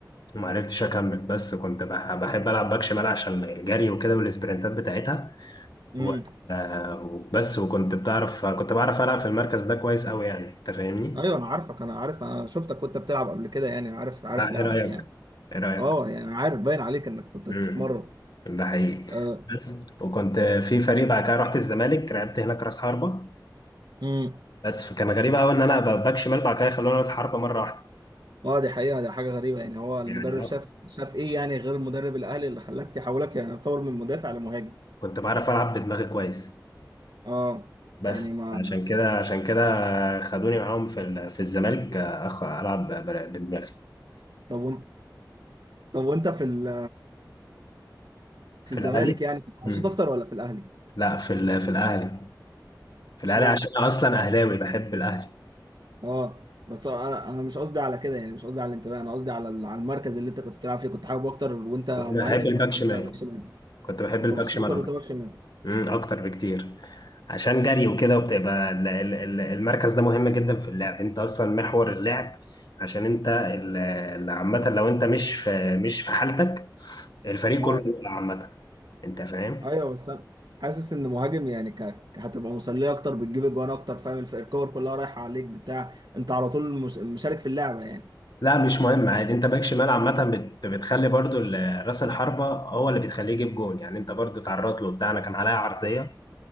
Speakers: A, on the left; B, on the right.
A: وما عرفتش أكمل بس كنت بح- بحب ألعب باك شمال عشان الجري وكده والسبرنتات بتاعتها
B: امم
A: و... آه، بس وكنت بتعرف كنت بعرف ألعب في المركز ده كويس أوي يعني أنت فاهمني؟
B: ايوه انا عارفك انا عارف انا شفتك وانت بتلعب قبل كده يعني عارف عارف
A: لا،
B: لعبك
A: إيه رأيك؟
B: يعني
A: إيه رأيك؟
B: اه يعني عارف باين عليك انك كنت
A: امم
B: بتتمرن
A: ده حقيقي
B: آه،
A: بس وكنت في فريق بعد كده رحت الزمالك لعبت هناك راس حربه
B: امم
A: بس فكان غريب قوي ان انا ابقى باك شمال بعد كده خلوني راس حربه مره واحده
B: اه دي حقيقة دي حاجة غريبة يعني هو المدرب
A: يعني اه
B: شاف شاف ايه يعني غير المدرب الاهلي اللي خلاك يحولك يعني يتطور من مدافع لمهاجم
A: كنت بعرف العب بدماغي كويس
B: اه
A: بس
B: يعني ما
A: عشان كده عشان كده خدوني معاهم في ال- في الزمالك آه، أخ العب ب- بدماغي
B: طب وانت طب وانت في ال في
A: في
B: الزمالك
A: الاهلي
B: يعني كنت مبسوط
A: امم
B: اكتر ولا في الاهلي؟
A: لا في ال- في الاهلي في الاهلي
B: اشمعنى؟
A: عشان انا اصلا اهلاوي بحب الاهلي
B: اه بس انا انا مش قصدي على كده يعني مش قصدي على الانتماء انا قصدي على ال- على المركز اللي انت كنت بتلعب فيه كنت حابب اكتر وانت مهاجم
A: كنت بحب الباك
B: ولا
A: شمال
B: كنت باك شمال؟
A: كنت بحب
B: كنت
A: الباك
B: مبسوط
A: شمال
B: اكتر وانت باك شمال
A: امم اكتر بكتير عشان جري وكده وبتبقى ال- ال- ال- المركز ده مهم جدا في اللعب انت اصلا محور اللعب عشان انت ال- ال- عامه لو انت مش في مش في حالتك الفريق
B: اه
A: كله بيقع عامه انت فاهم
B: ايوه بس انا حاسس ان مهاجم يعني ك... ك- هتبقى مسليه اكتر بتجيب اجوان اكتر فاهم الف- الكور كلها رايحه عليك بتاع انت على طول مش... مشارك في اللعبه يعني
A: لا مش مهم عادي انت باك شمال عامه بت- بتخلي برضو ال- راس الحربه هو اللي بتخليه يجيب جون يعني انت برضو اتعرضت له بتاعنا كان عليها عرضيه